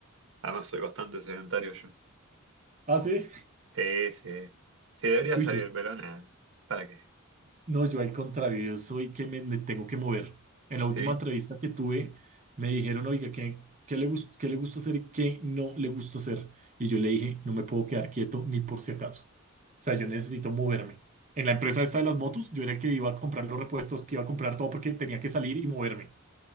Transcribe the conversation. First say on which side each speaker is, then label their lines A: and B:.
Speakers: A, on the right; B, on the right.
A: Además, soy bastante sedentario yo.
B: Ah, sí.
A: Sí, sí. Sí, debería
B: Uy,
A: salir,
B: yo,
A: pero nada. ¿Para qué?
B: no, yo al contrario, yo soy que me, me tengo que mover. En la última
A: Sí,
B: entrevista que tuve, me dijeron, oiga, ¿qué, qué le gus- qué le gusta hacer y qué no le gusta hacer? Y yo le dije, no me puedo quedar quieto ni por si acaso. O sea, yo necesito moverme. En la empresa esta de las motos, yo era el que iba a comprar los repuestos, que iba a comprar todo porque tenía que salir y moverme.